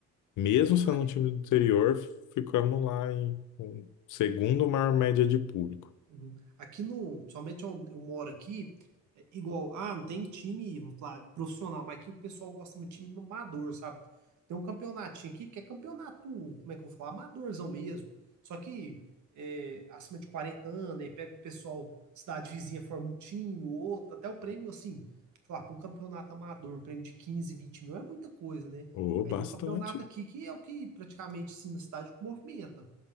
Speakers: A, on the left; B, on the right.
A: mesmo
B: Marília.
A: sendo um time do interior, ficamos lá em com segundo maior média de público.
B: Uhum. Aqui no, somente onde eu moro aqui, é igual, ah, não tem time, vou falar, profissional, mas aqui o pessoal gosta muito de time amador, sabe? Tem um campeonatinho aqui que é campeonato, como é que eu vou falar? Amadorzão mesmo. Só que é, acima de 40 anos, aí pega o pessoal, cidade vizinha forma um time, o outro, até o prêmio, assim, falar, para um campeonato amador, um prêmio de 15 20 mil é muita coisa, né?
A: Oh,
B: Aí
A: bastante.
B: tem um campeonato aqui que é o que praticamente, assim, na cidade movimenta,